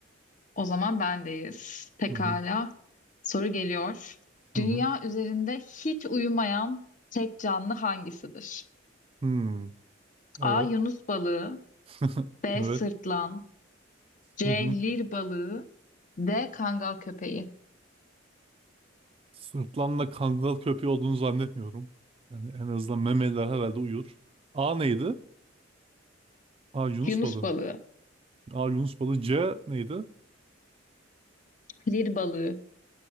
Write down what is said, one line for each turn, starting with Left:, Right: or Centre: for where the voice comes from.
Left: O zaman bendeyiz. Pekala.
Right: Hı hı
Left: Soru geliyor.
Right: hı
Left: Dünya
Right: hı.
Left: üzerinde hiç uyumayan tek canlı hangisidir?
Right: Hmm, Evet.
Left: A. Yunus balığı
Right: <laughs>
Left: B.
Right: Evet.
Left: Sırtlan C.
Right: Hı hı.
Left: Lir balığı D. Kangal köpeği
Right: Sırtlanla kangal köpeği olduğunu zannetmiyorum. Yani en azından memeler herhalde uyur. A neydi? A Yunus
Left: Yunus
Right: balığı.
Left: balığı
Right: A Yunus balığı. C neydi?
Left: Lir balığı